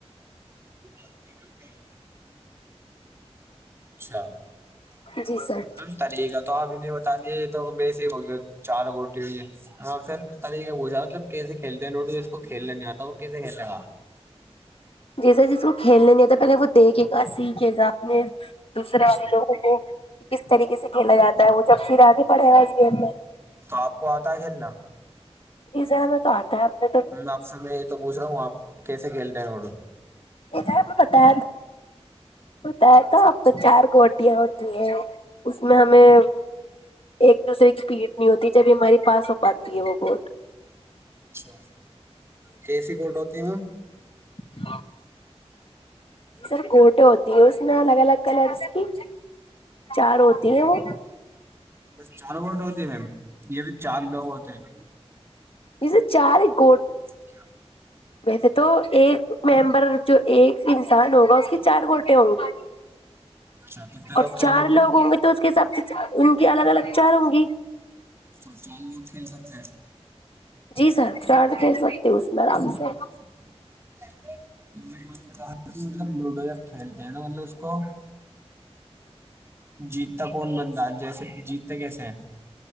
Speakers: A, on the right; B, on the left.
A: وہ بات نہیں کر اچھا
B: ہے جی سر
A: طریقہ تو آپ انہیں بتا دیے یہ تو بیسک ہو گیا چار گوٹی ہوئی ہے ہاں پھر جا مطلب کیسے کھیلتے ہیں لوٹو جس کو کھیلنے نہیں آتا وہ کیسے کھیلنے گا
B: جی سر جس کو کھیلنے نہیں تھا پہلے وہ دیکھے گا سیکھے گا اپنے دوسرے والے لوگوں کو کس طریقے سے کھیلا جاتا ہے وہ جب پھر آگے پڑھے گا اس گیم میں
A: تو آپ کو آتا ہے کھیلنا
B: ازر میں تو آتا ہے ہم تو
A: آپ س میں یہ تو پوچھ رہا ہوں آپ کیسے کھیلتے ہیں وہٹو
B: یہ جا بتا بتایا تو اب تو چار کوٹیاں ہوتی ہیں اس میں ہمیں ایک دوسرے کی پیٹ نہیں ہوتی جبھی ہمارے پاس ہو پاتی ہے وہ گوٹ
A: اچھا کیسی کوٹ ہوتی ہے میم
B: ہلو سر گھوٹے ہوتی ہیں اس میں الگ الگ کلرس کی چار ہوتی ہیں وہ
A: بس چار ووٹ ہوتی ہیں میم یہ بھی چار لوگ ہوتے ہیں
B: جیسے چار گٹ
A: ہیں
B: ویسے تو ایک ممبر جو ایک انسان ہوگا اس کی چار گوٹے ہوں گی
A: اچھتنے
B: اور
A: لوکل
B: چار
A: لک
B: لوگ ہوں گے تو اس کے حساب سے ان کی الگ الگ چار ہوں گی
A: اچا چار لوگ کھیل سکتے ہیں
B: جی سر چارج کہ سکتے ہو اس میں آرام سے
A: <inaudible> مطلب لوڈو جب کھیلتے ہیں نا مطلب اس کو جیتتا کون بندند جیسے جیتتے کیسے ہیں